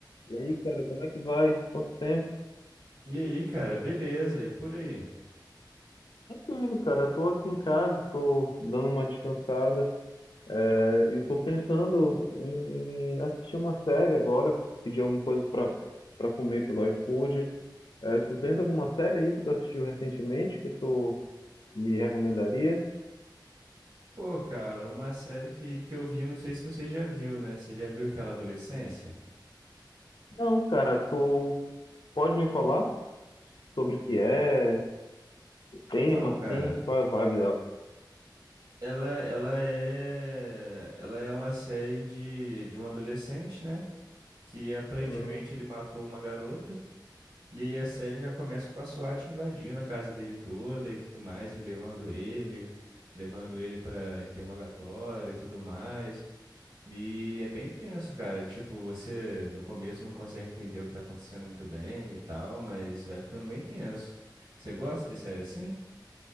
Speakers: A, on the left; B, on the right.
A: E aí, cara, como é que vai? Quanto tempo?
B: E aí, cara, beleza? E por aí?
A: Tranquilo, cara. Eu tô aqui em casa, tô dando uma descansada. É, eu tô pensando em assistir uma série agora, pedir alguma coisa pra, pra comer pelo iFood. É, tu tens alguma série aí que tu assistiu recentemente que tu me recomendaria?
B: Pô, cara, uma série que, que eu vi, não sei se você já viu, né? Você já viu aquela Adolescência?
A: Não, cara, tu pode me falar sobre o que é, o tema,
B: Então,
A: assim,
B: cara,
A: qual é a vibe dela?
B: ela, ela é, ela é uma série de, de um adolescente, né? Que aparentemente
A: Uhum.
B: ele matou uma garota. E aí a série já começa com a SWAT invadindo a casa dele toda e tudo mais, e levando ele, levando ele pra interrogatório e tudo mais. E é bem tenso, cara. Tipo, você no começo não consegue entender o que tá acontecendo muito bem e tal, mas vai ficando bem tenso. Você gosta de série assim?